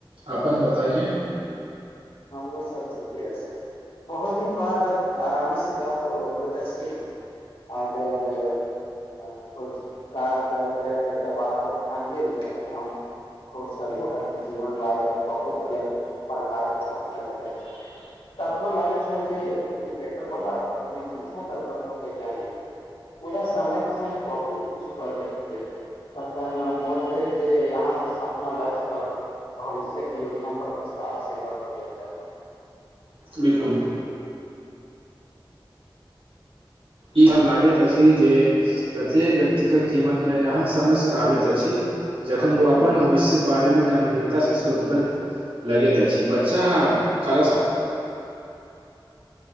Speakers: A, on the right; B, on the left.
A: अपन बताइए
B: हमरो सब ठीके छय बहुत दिन बाद आरामे से गप्प होत अछी <unintelligible> हँ सोचलू काज करैत करैत एक्टा बात पर ध्यान गेल जखन हम ओर सहयो तखन जीवन बारे में बहुत अलग प्रकार कऽ सपना देखै छलु तखनो लागैत छल जे क्रिकेटर को नऽ कखनो शिक्षक आऽ कखनो वैज्ञानिक पुरा समय के साथ बहुत कुछ बदलत गेल तखन मोन भेल जे यहाँ से सपना लक्ष ओर भविष्य के योजना पर विस्तारा से गप करे जाइ
A: बिल्कुल ई हम लागैत अछि जे प्रत्येक व्यक्तिक जीवन में एहन समस आबैत अछि जखन ओ अपन भविष्य के बारे में गम्भीरता सँ सोचबैत लगैत अछि बच्चा थोड़ा सा